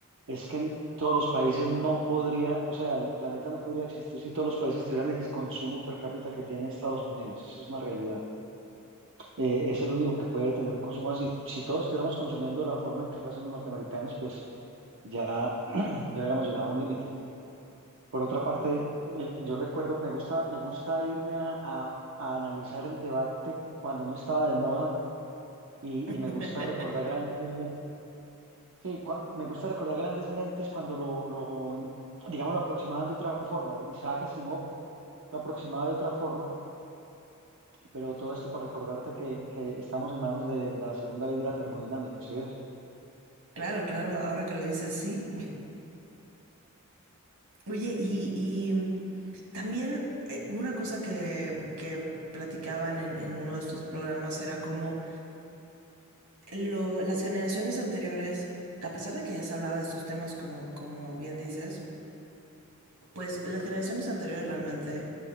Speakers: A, on the right (about 60°); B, on the right (about 85°).
A: es que en todos los países no podría, o sea, el planeta no podría existir si todos los países tuvieran el consumo per cápita que tiene Estados Unidos. Eso es una realidad. Eh, es el único que puede tener un consumo así. Si todos estuviéramos consumiendo de la forma en que lo hacen los norteamericanos, pues ya, <clears throat> ya hubiéramos llegado a un límite. Por otra parte, eh, yo recuerdo, me gusta, me gusta irme a, a- a analizar el debate cuando no estaba de moda y,
B: <laughs>
A: y me gusta recordar grandes mentes. Sí, cua- me gusta recordar grandes mentes cuando lo, lo, digamos, lo aproximaban de otra forma. Isaac Asimov lo aproximaba de otra forma, pero todo esto para recordarte que, que estamos en manos de la segunda ley de la termodinámica, ¿sí ves?
B: Claro, claro, ahora que lo dices, sí. Oye, y, y también eh, una cosa que, que platicaban en, en uno de estos programas era cómo lo- las generaciones anteriores, a pesar de que ya se hablaba de estos temas como, como bien dices, pues las generaciones anteriores realmente,